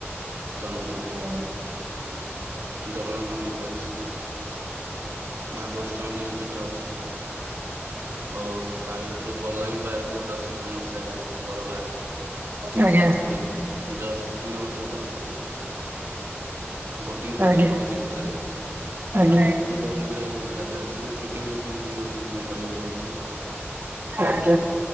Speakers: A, on the right; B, on the right.
A: ଚ ଆମର ଜଗନ୍ନାଥ ମନ୍ଦିର ଅଛି ମା ବୈଷ୍ଣବୀ ଦେବୀ ପୀଠ ଅଛି। ହଉ ତା ଭିତରୁ ବଲାଙ୍ଗୀ ପାର୍କ ଗୋଟେ ଅଛି ଫେମସ୍ ଜାଗା ବଡ ପାର୍କେ। ବୁଝିଲେ
B: ଆଜ୍ଞା
A: ଜଷ୍ଟ ତିନି ବର୍ଷ ହେଲା ବନାହେଇଛି। ବୋଟିଂ
B: ଆଜ୍ଞା
A: ଫୋଟିଂ ହଉଛି ଭିତରେ
B: ଆଜ୍ଞା
A: ବୁଲାବୁଲି କରିବାକୁ ଭଲ ଜାଗା ଅଛି। ବୋଟିଂ ଫୋଟିଂ କରିବାକୁ ଅଛି <unintelligible>
B: ଆଜ୍ଞା